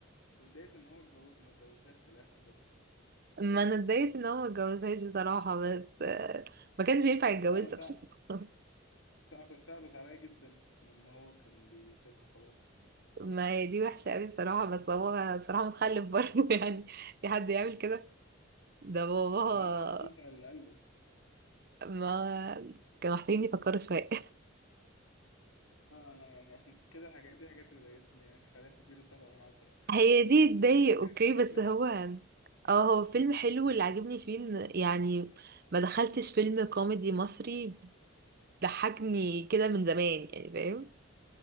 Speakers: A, on the left (about 85°); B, on the right (about 50°).
A: واتضايقت ان هو اتجوز ما اتجوزهاش في الاخر برضه
B: ما انا اتضايقت ان هو ما اتجوزهاش بصراحه بس آه، ما كانش ينفع يتجوزها
A: ده انا صعب
B: بصراحه <laughs>
A: صعب صعبت عليا جدا لما هو كان بيسيبها خلاص
B: ما هي دي وحشه قوي بصراحه بس هو بصراحه متخلف برضه <laughs> يعني في حد يعمل كده ده باباها
A: طب ما هو بيبقى اللي قال له
B: ما كانوا محتاجين يفكروا شويه
A: اه انا يعني عشان كده الحاجات دي حاجات اللي ضايقتني يعني خلينا نديله سبعة من عشرة
B: هي دي تضايق
A: بس هو كان
B: اوكي
A: كان فيلم
B: بس
A: حلو
B: هو اه هو فيلم حلو اللي عاجبني فيه إن يعني ما دخلتش فيلم كوميدي مصري ضحكني كده من زمان يعني فاهم